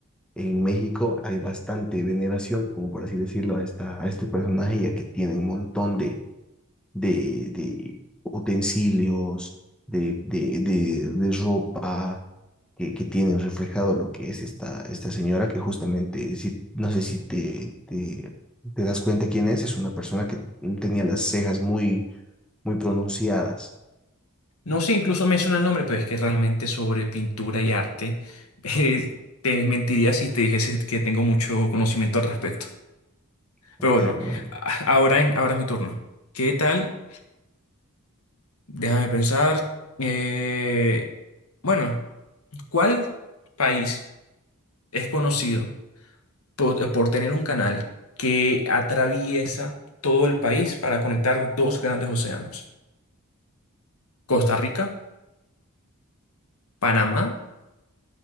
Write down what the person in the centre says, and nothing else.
en México hay bastante veneración, como por así decirlo, a, esta, a este personaje, ya que tiene un montón de, de, de utensilios, de, de, de, de ropa, que, que tienen reflejado lo que es esta, esta señora, que justamente, si, no sé si te, te, te das cuenta quién es, es una persona que tenía las cejas muy, muy pronunciadas.
Ok,
bueno,